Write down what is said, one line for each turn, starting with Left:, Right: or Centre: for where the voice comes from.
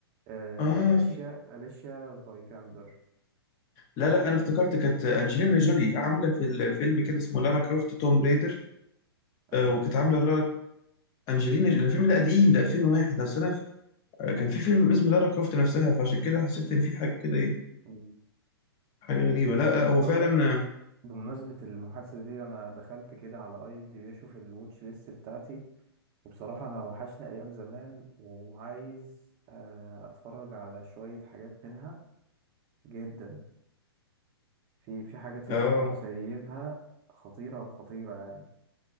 Right: آه،
Left: أه
Right: اليشيا اليشيا فايكاندر
Left: لا لا انا افتكرت كانت انجلينا جولي عامله في الفيلم كده اسمه لارا كروفت توم بريدر
Right: انجلينا
Left: آه، وكانت
Right: جولي
Left: عامله لارا انجلينا جولي الفيلم ده قديم ده 2001 بس انا ف- آه، كان في فيلم باسم لارا كروفت نفسها فعشان كده حسيت ان في حاجه كده ايه
Right: مم.
Left: حاجه غريبه لا لا
Right: عايز
Left: هو
Right: اقول
Left: فعلا
Right: لك بمناسبه المحادثه دي انا دخلت كده على اي ام دي بي اشوف الواتش ليست بتاعتي وبصراحة أنا وحشني أيام زمان وعايز آه، أتفرج على شوية حاجات منها جدا في في حاجات يا
Left: اه
Right: اسطى أنا مسيبها خطيرة خطيرة يعني